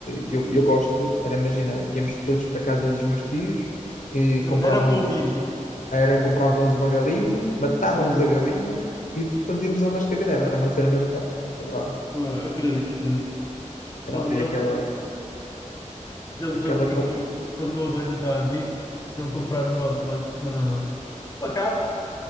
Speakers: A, on the left; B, on the left.
A: eu, eu gosto, era, imagina, íamos todos para a casa dos meus tios e
B: Exato,
A: comprávamos,
B: Era o convívio.
A: um, era, comprávamos uma galinha, matávamos
B: Uhum.
A: a galinha e fazíamos o rascavé era uma cena mesmo top, adorava.
B: Pô, Acredito, acredito. Não
A: Era ali
B: me lembro,
A: aquela,
B: não
A: aquela...
B: me lembro que
A: com-
B: aqui, quando o meu avô ainda estava vivo, ele comprar uma, uma, uma Uma cabra,